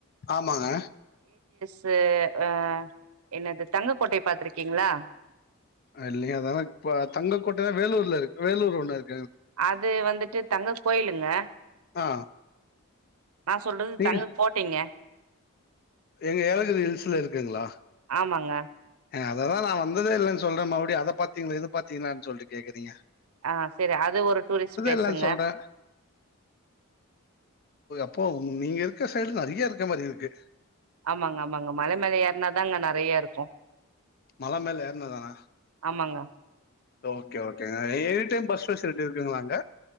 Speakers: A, on the left; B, on the right.
A: ஆமாங்க
B: அது அஹ் என்னது தங்கக்கோட்டை பாத்திருக்கீங்களா
A: இல்லீங்க அதான பாத் தங்கக்கோட்ட வேலூர்ல இருக் வேலூர் ல ஒன்னு இரு
B: அது வந்துட்டு தங்க கோயிலுங்க
A: ஆ
B: நா சொல்றது
A: நீங்க
B: தங்க கோட்டைங்க
A: எங்க ஏலகிரி ஹில்ஸ்சுல இருக்குங்குளா
B: ஆமாங்க
A: ஏங்க அததா நா வந்ததே இல்லன் சொல்றே மறுபடி அத பாத்தீங்களா இது பாத்தீங்களான் சொல்ட்டு கேக்கறீங்க
B: அ செரி அத ஒரு டூரிஸ்ப் பிளேஸ்சுங்க
A: இல்லன்னு சொல்றேன் ஓஹ் நீங்க இருக்க சைட்ல நெறய இருக்க மாரி இருக்கு
B: ஆமாங்க ஆமாங்க மல மேல ஏற்னாதாங்க நெறைய இருக் கு
A: மல மேல ஏற்னா தானா
B: ஆமாங்க
A: ஓகே ஓகேங்க எனி டைம் பஸ் ஃபெசிலிட்டி இருக்குங்களாங்க